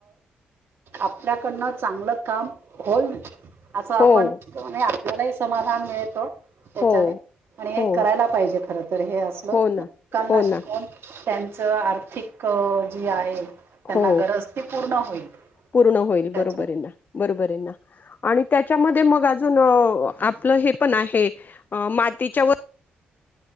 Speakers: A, on the right; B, on the left.
A: आपल्याकडनं चांगलं काम होईल. असं आपण
B: हो,
A: म्हज आपल्यालाही समाधान मिळतो. त्याच्याने
B: हो,
A: आणि हे
B: हो,
A: करायला पाहिजे खर तर हे असलं.
B: हो ना,
A: कांना
B: हो
A: शिकून
B: ना,
A: त्यांचं आर्थिक जी आहे त्यांना
B: हो.
A: गरज ते पूर्ण होईल.
B: पूर्ण होईल
A: त्याच्यात
B: बरोबर आहे ना बरोबर आहे ना आणि त्या त्याचा मध्ये अजून आपलं हे पण आहे मातीच्या